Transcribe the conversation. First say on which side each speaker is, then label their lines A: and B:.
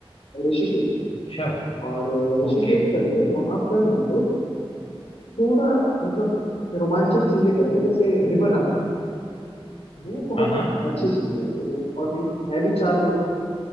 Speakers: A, on the left; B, on the left.
A: ऋषिकेश
B: अच्छा
A: और अ, ऋषिकेश
B: ओके
A: चल के वहां पर हम लोग थोड़ा मतलब रोमांचक चीजें करेंगे जैसे रिवर राफ्टिंग वो बहुत
B: हाँ हाँ
A: अच्छी चीज है तो और हम है भी चार लोग